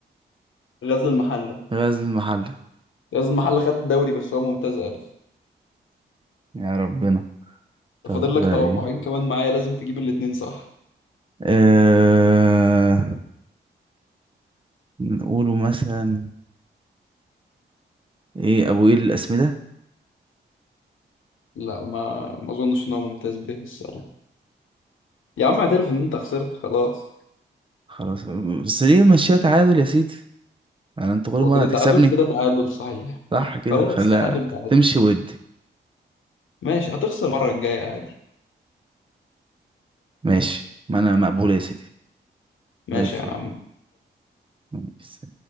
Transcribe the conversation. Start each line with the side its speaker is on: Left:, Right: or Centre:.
Left: غزل المحلة
Right: غزل المحلة
Left: غزل المحلة خد الدوري بس هو ممتاز ألف
Right: يا ربنا طب
Left: فاضل لك
Right: ده
Left: توقعين
Right: ايه
Left: كمان معايا لازم تجيب الاتنين صح
Right: أه نقوله مثلا ايه ابو ايه الاسمدة
Left: لا ما ما اظنش ان هو ممتاز به الصراحه يا عم اعترف ان انت خسرت خلاص
Right: خلاص بس ليه ماشية تعادل يا سيدي انا انت كل
Left: هو
Right: مرة
Left: كده
Right: هتكسبني
Left: تعادل كده تعادل صحيح
Right: صح كده
Left: خلاص
Right: خليها
Left: تعادل تعادل
Right: تمشي ود
Left: ماشي هتخسر المره الجايه عادي
Right: ماشي ما انا مقبولة يا سيدي
Left: ماشي
Right: زي الفل
Left: يا عم
Right: ماشي.